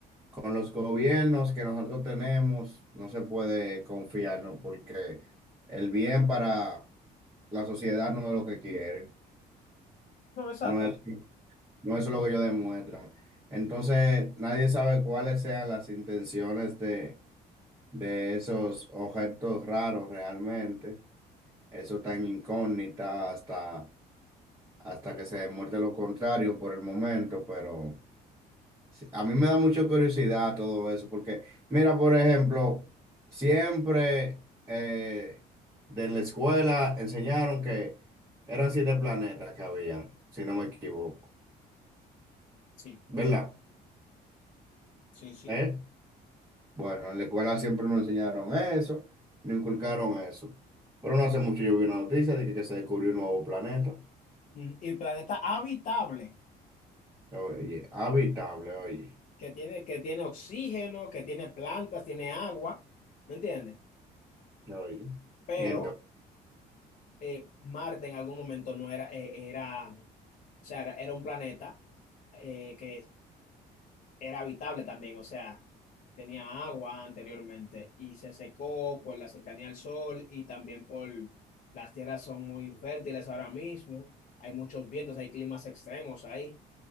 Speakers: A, on the right; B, on the left.
A: con los gobiernos que nosotros tenemos no se puede confiar, ¿no? Porque el bien para la sociedad no es lo que quiere,
B: No, exacto.
A: no es, no es lo que ellos demuestran. Entonces, nadie sabe cuáles sean las intenciones de, de esos objetos raros realmente. Eso está en incógnita hasta, hasta que se demuestre lo contrario por el momento, pero... A mí me da mucha curiosidad todo eso, porque mira, por ejemplo, siempre eh, de la escuela enseñaron que eran siete planetas que habían, si no me equivoco,
B: Sí,
A: ¿verdad?
B: sí, sí.
A: ¿Eh? Bueno, en la escuela siempre nos enseñaron eso, nos inculcaron eso. Pero no hace mucho yo vi una noticia de que, que se descubrió un nuevo planeta,
B: Mm, Y planeta habitable.
A: oye, habitable, oye.
B: que tiene, que tiene oxígeno, que tiene plantas, tiene agua, ¿me entiendes?
A: Oye.
B: Pero
A: Entonces,
B: eh, Marte en algún momento no era, eh, era, o sea, era, era un planeta eh, que era habitable también, o sea, tenía agua anteriormente y se secó por la cercanía al Sol y también por las tierras son muy infértiles ahora mismo, hay muchos vientos, hay climas extremos ahí.